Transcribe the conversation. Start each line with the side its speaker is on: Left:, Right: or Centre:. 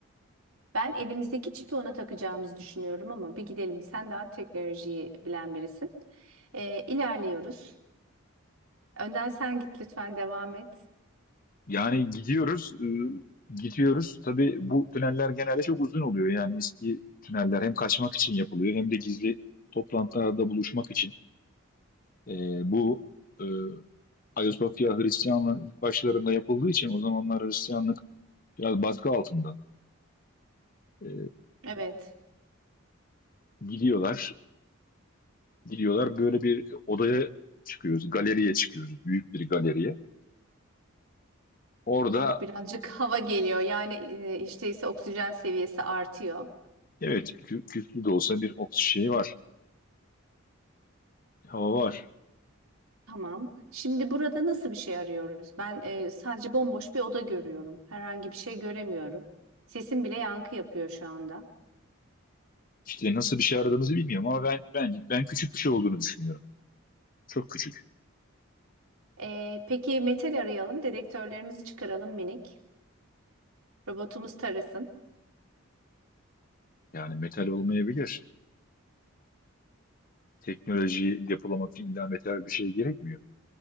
Right: Ben elimizdeki çipi ona takacağımızı düşünüyorum ama bir gidelim. Sen daha teknolojiyi bilen birisin. Ee, ilerliyoruz. Önden sen git lütfen devam et.
Left: Yani gidiyoruz, e, gidiyoruz. Tabii bu tüneller genelde çok uzun oluyor. Yani eski tüneller hem kaçmak için yapılıyor hem de gizli toplantılarda buluşmak için. E, bu e, Ayasofya Hristiyanlığın ilk başlarında yapıldığı için o zamanlar Hristiyanlık biraz baskı altında. E,
Right: Evet.
Left: gidiyorlar, gidiyorlar. Böyle bir odaya çıkıyoruz. Galeriye çıkıyoruz. Büyük bir galeriye. Orada
Right: Oh birazcık <laughs> hava geliyor. Yani e, hiç değilse oksijen seviyesi artıyor.
Left: evet kü- küflü de olsa bir oks şey var. Hava var.
Right: Tamam. Şimdi burada nasıl bir şey arıyoruz? Ben e, sadece bomboş bir oda görüyorum. Herhangi bir şey göremiyorum. Sesim bile yankı yapıyor şu anda.
Left: İşte nasıl bir şey aradığımızı bilmiyorum ama ben ben ben küçük bir şey olduğunu düşünüyorum. Çok küçük.
Right: E, peki metal arayalım. Dedektörlerimizi çıkaralım minik. Robotumuz tarasın.
Left: Yani metal olmayabilir. Teknolojiyi depolamak için illa metal bir şey gerekmiyor.